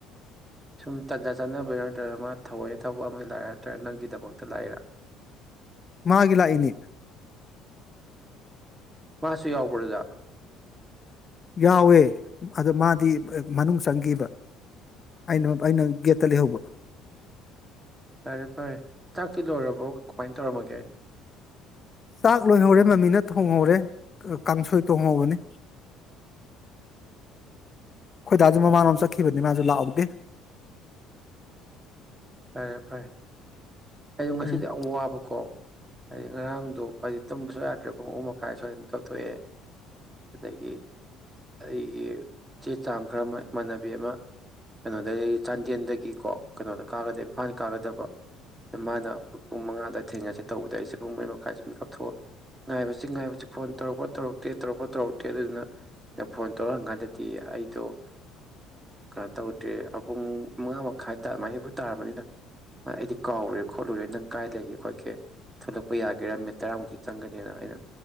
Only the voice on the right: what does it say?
ꯁꯨꯝ ꯇꯟꯖ ꯆꯥꯟꯅꯕ ꯅꯠꯇ꯭ꯔꯒ ꯃꯥ ꯊꯑꯣꯏꯅ ꯊꯕꯛ ꯑꯃꯒꯤ ꯂꯥꯏꯦ ꯅꯠꯇ꯭ꯔꯒ ꯅꯪꯒꯤꯗꯃꯛꯇ ꯂꯥꯛꯏꯔ
ꯃꯥꯁꯨ ꯌꯥꯎꯕꯗꯨꯗ
ꯐꯔꯦ ꯐꯔꯦ ꯆꯥꯛꯀꯤ ꯂꯣꯏꯔꯕꯣ ꯀꯃꯥꯏꯅ ꯇꯧꯔꯝꯃꯒꯦ
ꯐꯔꯦ ꯐꯔꯦ ꯑꯩꯨ ꯉꯁꯤꯗꯤ
ꯌꯥꯝ ꯋꯥꯕꯀꯣ ꯍꯥꯏꯗꯤ ꯉꯔꯥꯡꯗꯣ ꯍꯥꯏ ꯇꯨꯝꯕꯁꯨ ꯌꯥꯗ꯭ꯔꯦ ꯄꯨꯡ ꯑꯍꯨꯝ ꯃꯈꯥꯏ ꯁ꯭ꯋꯥꯏꯗꯝ ꯀꯥꯞꯊꯣꯛꯑꯦ ꯑꯗꯒꯤ ꯑꯩꯒꯤ ꯆꯦ ꯆꯥꯡ ꯈꯔ ꯑꯃ ꯏꯃꯥꯟꯅꯕꯤ ꯑꯃ ꯀꯩꯅꯣꯗꯒꯤ ꯆꯥꯟꯗꯦꯜꯗꯒꯤꯀꯣ ꯀꯩꯅꯣꯗ ꯀꯥꯒꯗ ꯏꯝꯐꯥꯜ ꯀꯥꯒꯗꯕ ꯑꯗ ꯃꯥꯅ ꯄꯨꯡ ꯃꯉꯥꯗ ꯊꯦꯡꯅꯁꯦ ꯇꯧꯕꯗ ꯑꯩꯁꯦ ꯄꯨꯡ ꯃꯔꯤ ꯃꯈꯥꯏꯁꯦ ꯃꯤꯛꯀꯞ ꯊꯣꯛꯑ ꯉꯥꯏꯕꯁꯤ ꯉꯥꯏꯕꯁꯤ ꯐꯣꯟ ꯇꯧꯔꯛꯄ꯭ꯔꯥ ꯇꯧꯔꯛꯇꯦ ꯇꯧꯔꯛꯄ꯭ꯔꯣ ꯇꯧꯔꯛꯇꯦ ꯑꯗꯨꯗꯨꯅ ꯐꯣꯟ ꯇꯧꯔꯛꯑꯀꯥꯟꯗꯗꯤ ꯑꯩꯗꯣ ꯀꯩꯅꯣ ꯇꯧꯗ꯭ꯔꯦ ꯄꯨꯡ ꯃꯉꯥ ꯃꯈꯥꯏ ꯇꯥ ꯃꯥꯥꯏ ꯇꯥꯔꯕꯅꯤꯅ ꯑꯩꯗꯤ ꯀꯥꯎꯔꯨꯔꯦ ꯈꯣꯠꯂꯨꯔꯦ ꯅꯪ ꯀꯥꯏ ꯂꯩꯒꯦ ꯈꯣꯠꯀꯦ ꯊꯣꯛꯂꯛꯄ ꯌꯥꯒꯦꯔꯝꯃꯦ ꯇꯔꯥꯃꯨꯛꯛꯇꯤ ꯆꯪꯒꯅꯤꯅ ꯑꯩꯅ